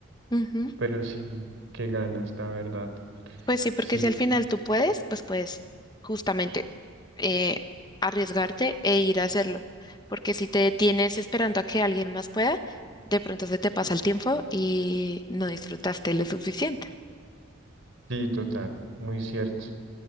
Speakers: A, on the left; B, on the right.
A: Ujú.
B: pero sí, qué ganas, la verdad.
A: Pues sí, porque
B: Sí,
A: si al final tú puedes, pues puedes justamente eh, arriesgarte e ir a hacerlo. Porque si te detienes esperando a que alguien más pueda, de pronto se te pasa el tiempo y no disfrutaste lo suficiente.
B: Sí, total, muy cierto.